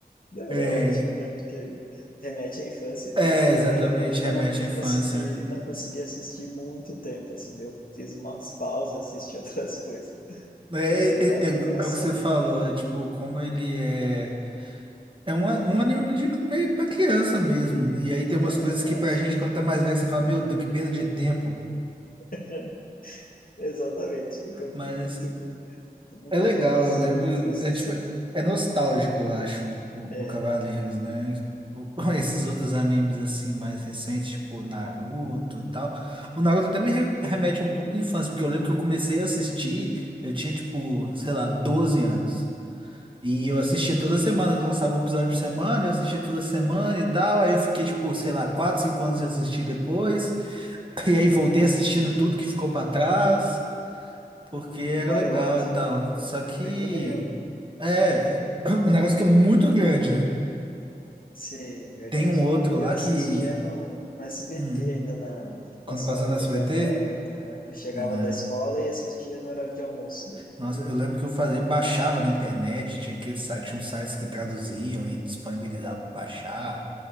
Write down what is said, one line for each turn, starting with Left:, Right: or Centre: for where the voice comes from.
Left: Não,
Right: É,
Left: é ótimo, né? Porque remete à infância e
Right: é,
Left: tal, mas
Right: exatamente,
Left: daí eu não, eu não,
Right: remete
Left: não
Right: à infância.
Left: consegui, não consegui assistir muito tempo, assim, eu fiz umas pausas, assisti <laughs> outras coisas.
Right: É,
Left: Eu achei engra-
Right: é, é,
Left: engraçado.
Right: é o que você falou, é tipo, como ele é. É um, a- um anime de meio pra criança mesmo. E aí tem
Left: É,
Right: umas coisas
Left: eu
Right: que
Left: acho.
Right: pra gente, quando tá mais velho, você fala, meu Deus, que perda de tempo.
Left: <laughs> Exatamente. Fica
Right: Mas
Left: muito, muita
Right: é legal,
Left: informação
Right: eu lembro.
Left: desnecessária.
Right: É, tipo, é nostálgico, eu acho, o,
Left: É,
Right: o Cavaleiros, né? O- <laughs> esses outros animes assim, mais recentes, tipo Naruto e tal. O Naruto até me re- remete um pouco à infância, porque eu lembro que eu comecei a assistir, eu tinha, tipo, sei lá, 12 anos. E eu assisti toda semana, que lançava um episódio por semana, eu assisti toda semana e tal. Aí eu fiquei, tipo, sei lá, 4 5 anos de assistir depois. <laughs> E aí voltei
Left: ah, sim.
Right: assistindo tudo que ficou pra trás, porque era
Left: Vai
Right: legal
Left: e volta.
Right: e tal. Só que.
Left: É que nem eu.
Right: É, é <clears throat> um negócio que é muito grande, né?
Left: Sim, verdade.
Right: Tem um outro
Left: Eu
Right: lá
Left: assistia
Right: que.
Left: no, no SBT
Right: hum,
Left: ainda na, que
Right: quando
Left: passava
Right: passava
Left: em
Right: no
Left: TV
Right: SBT,
Left: aberta. né? Eu chegava
Right: né
Left: da escola e assistia no horário de almoço. né?
Right: Nossa, eu lembro que eu fazia, baixava na internet, tinha aqueles sites, tinha uns sites que traduziam e disponibilizavam pra baixar.